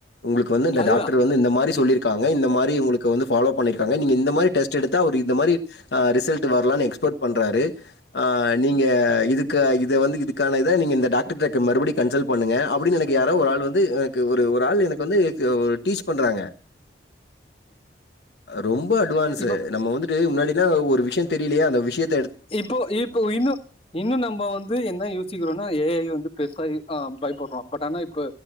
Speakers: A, on the left; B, on the left.
A: உங்களுக் கு வந்து இந்த
B: அதேதா
A: டாக்டர் வந்து இந்த மாரி சொல்லிருக்காங்க இந்த மாரி உங்களுக்கு வந்து ஃபாலோ பண்ணிருக்காங்க நீங்க இந்த மாரி டெஸ்ட் டெஸ்ட் எடுத்தா அவர் இந்த மாரி அ ரிசல்ட் வரலாம்னு எக்ஸ்போர்ட் பண்றாரு நீங்க இதுக்கு இது வந்து இதுக்கான இத நீங்க இந்த டாக்டர்ட்ட மறுபடி கன்சல்ட் பண்ணுங்க அப்டின்னு எனக்கு யாரோ ஒராள் வந்து எனக்கு ஒரு ஒரு ஆள் எனக்கு வந்து டீச் பண்றாங்க ரொம்ப அட்வான்சு
B: இப்ப
A: நம்ம வந்துட்டு முன்னாடினா ஒரு விஷய தெரியலையே அந்த விஷயத்
B: இப்போ இப்போ இன்னும் இன்னும் நம்ம வந்து என்ன யோசிக்கிறோம்னா ஏஐ வந்து பெருசா ஆ பயப்படுறோம் பட் ஆனா இப்ப